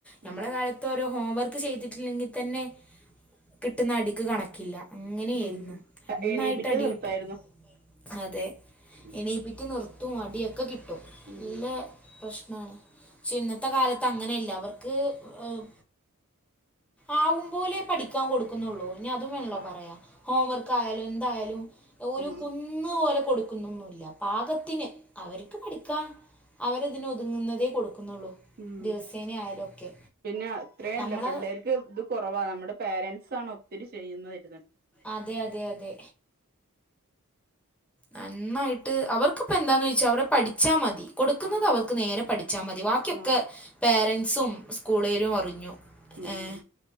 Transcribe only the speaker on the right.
ഉം
ഉം
എണീപ്പിച്ച്
നിർത്തായിരുന്നു
ഉം
ഉം
ആഹ്
ആഹ്
ഉം
പിന്നെ അത്രേയല്ല
പിള്ളേർക്ക് ഇത് കൊറവാ നമ്മടെ പാരന്റ്സ് ആണ് ഒത്തിരി ചെയ്യുന്നതിരുന്നിട്ട്.
ആഹ്
ആഹ്
ഉം